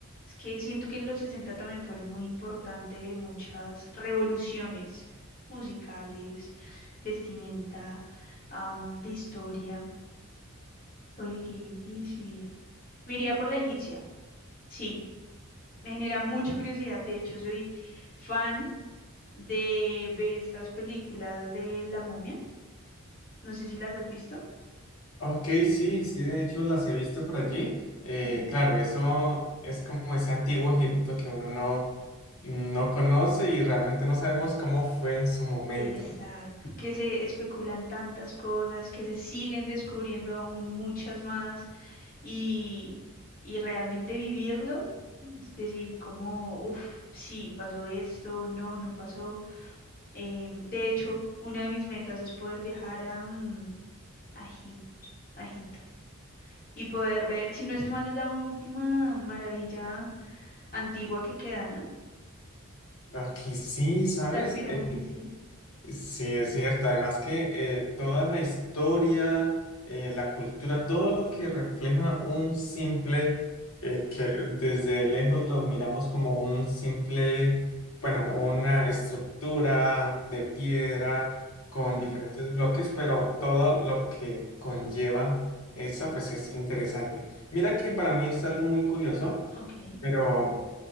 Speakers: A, on the left; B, on the left.
A: Es que siento que en los 60 también fueron muy importantes muchas revoluciones musicales, vestimenta, am, de historia. Oye, qué difícil. Me iría por la egipcia. Sí. Me genera mucha curiosidad. De hecho, soy fan de ver estas películas de La Momia. No sé si las has visto.
B: Ok, sí, sí, de hecho las he visto por allí. Eh,
A: Ujú.
B: claro, eso es como ese antiguo Egipto que uno no, no conoce y realmente no sabemos cómo fue en su momento.
A: Exacto. Que se especulan tantas cosas, que se siguen descubriendo aún muchas más y, y realmente vivirlo. es Decir como, uff, sí, pasó esto, no, no pasó. Em, de hecho, una de mis metas es poder viajar a, mm, a Egip- a Egipto. y poder ver, si no estoy mal, es la última maravilla antigua que queda, ¿no?
B: Aquí sí, ¿sabes?
A: Las pirámides,
B: Eh,
A: sí.
B: Sí, es cierto. Además que eh, toda la historia, eh, la cultura, todo lo que refleja un simple, eh, que desde lejos lo miramos como un simple, bueno, una estructura de piedra con
A: Ujú,
B: diferentes bloques, pero todo lo que conlleva eso, pues es interesante. Mira que para mí es algo muy curioso,
A: Ok,
B: pero